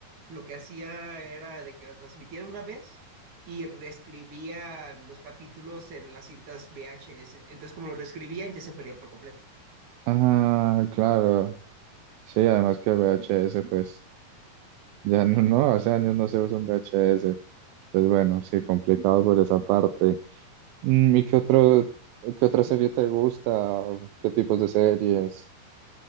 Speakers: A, on the right; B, on the right.
A: lo que hacía era de que lo transmitieran una vez y reescribían los capítulos en las cintas VHS. Entonces, como lo reescribían, ya se perdían por completo.
B: Ah, claro. Sí, además que VHS, pues ya no, no, hace años no se usa un VHS. Entonces, bueno, sí, complicado por esa parte. Mm, ¿Y qué otro, qué otra serie te gusta? ¿Qué tipos de series?